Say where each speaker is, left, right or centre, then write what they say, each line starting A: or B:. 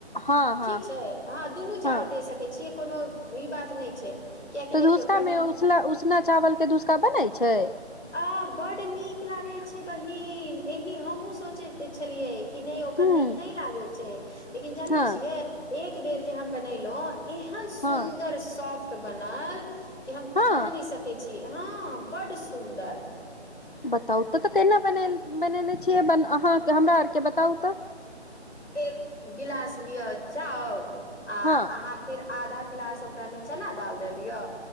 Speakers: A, on the left; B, on the left.
A: हँ
B: ठीक
A: हँ
B: छै अहाँ दुनू चाउर
A: हँ
B: दे सकैत छियै। कोनो ई बात नहि छै। कियकि
A: तऽ
B: देखियौ
A: धूसकामे
B: पहिल
A: उसना उसना चावलके धूसका बनै छै।
B: आ ब् नीक ल। छै बहिन एहि हमहुँ सोचे छलियै। कि नहि ओकर
A: हूँ
B: नीक नहि लागे छै लेकिन जानै
A: हँ
B: छियै एक‌। एक बेर जे हम बनेलहुँ। एहन सुन्दर
A: हँ
B: शॉप। तऽ बनााल। क हम
A: हँ
B: क नहि सकै छीिय। हँ बड्ड। सुन्दर।
A: बताउ तऽ तऽ केना बने। बनेने छियै अहाँ हमरा आरके बताउ तऽ।
B: एक गिलास लिअ चाउ। आ
A: हँ
B: अहाँ फिर। आधा गिलास ओकरा मे चना दाल द दियअ।